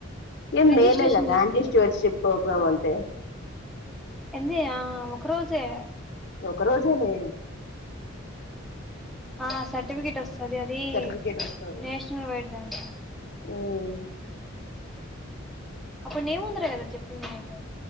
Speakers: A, on the left; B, in the centre.
A: ఏం
B: రిజిస్ట్రేషన్
A: మేలే గదా
B: చేసుకున్నావు
A: ఆంటీ స్టోర్షిప్ ప్రోగ్రామ్ అం టె
B: ఎంది ఆ ఒక రోజే
A: ఒక రోజే లే
B: ఆ సర్టిఫికెట్ వస్తది అది
A: సర్టిఫికేట్ వస్తది
B: నేషనల్ వైడ్ దంటా
A: ఉమ్
B: అప్పుడు నీ ముందరే కదా చెప్పింది నీతో